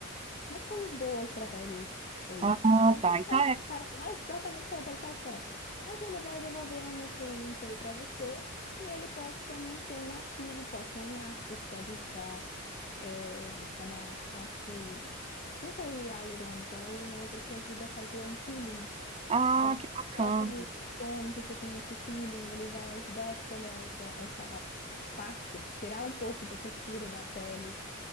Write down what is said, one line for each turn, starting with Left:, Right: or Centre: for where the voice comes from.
Left: umas coisas boas para a pele. é,
Right: Ah,
Left: e e
Right: tá.
Left: não
Right: Então
Left: pra hidratar-
Right: é.
Left: não é exatamente para hidratação, mas ele vai devolver um nutriente ali para você e ele pode também ter um ativo, pode ser um ácido que pode ajudar, é, chama ácido, sem ser o hialurônico, é um outro que ajuda a fazer um peeling.
Right: Ah,
Left: Então,
Right: que bacana.
Left: faça um tônico que tem esse peeling, ele vai ajudar a esfoliar essa, essa a, a parte, tirar um pouco da textura da pele.